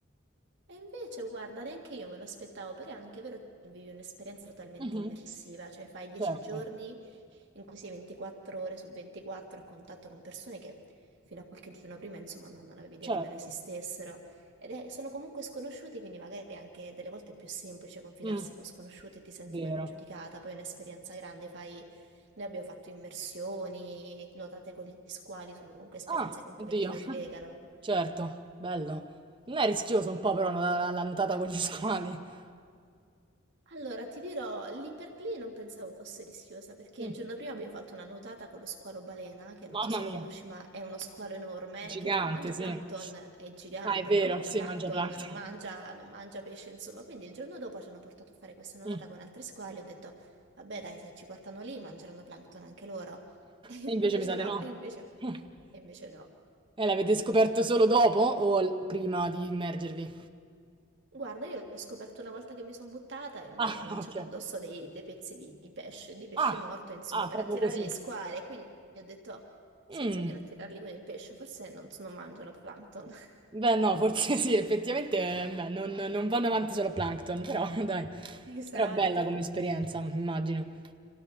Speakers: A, on the right; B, on the right.
A: E invece, guarda, neanche io me lo aspettavo, però è anche vero che vivi un'esperienza totalmente
B: Mhm.
A: immersiva, cioè fai dieci
B: Certo,
A: giorni in cui sei 24 ore su 24 a contatto con persone che fino a qualche giorno prima, insomma, non, non avevi idea
B: certo.
A: nemmeno esistessero. Ed è- sono comunque sconosciuti, quindi magari anche delle volte è più semplice confidarsi
B: Mm,
A: con sconosciuti e ti senti
B: vero.
A: meno giudicata. Poi è un'esperienza grande, fai... Noi abbiamo fatto immersioni, nuotate con gli squali, sono comunque esperienze
B: Ah,
A: che un
B: oddio.
A: pochettino ti legano.
B: Certo, bello. Non è rischioso un po' però la- la- la nuotata con gli squali.
A: Allora, ti dirò, lì per lì non pensavo fosse rischiosa, perché
B: Mm,
A: il giorno prima abbiamo fatto una nuotata con lo squalo balena, che non
B: Mamma
A: so se
B: mia.
A: lo conosci, ma è uno squalo enorme
B: Gigante,
A: che mangia
B: sì.
A: plankton, è gigante,
B: Ah, è vero,
A: però mangia
B: sì,
A: plankton,
B: mangia plancton.
A: non mangia, non mangia pesce, insomma. Quindi il giorno dopo ci hanno portato a fare questa nuotata
B: Mm.
A: con altri squali, ho detto, vabbè dai, se ci portano lì mangeranno plankton anche loro. <laughs>
B: E invece
A: E invece
B: mi sa di
A: no,
B: no.
A: e invece,
B: <laughs>
A: e invece no.
B: E l'avete scoperto solo dopo o l- prima di immergervi?
A: Guarda, io l'ho scoperto una volta che mi sono buttata e mi
B: Ah,
A: hanno lanciato
B: ok.
A: addosso dei, dei pezzi di, di pesce, di pesce
B: Ah,
A: morto, insomma,
B: ah,
A: per
B: proprio
A: attirare
B: così.
A: gli squali. E quindi ho detto, se
B: Mm.
A: vogliono attirarli con il pesce, forse non, so, non mangiano plankton. <laughs>
B: Beh, no, forse <laughs> sì, effettivamente, eh, beh, non, non vanno avanti solo a Plankton, però <laughs> dai.
A: Esatto.
B: Però bella come esperienza, immagino.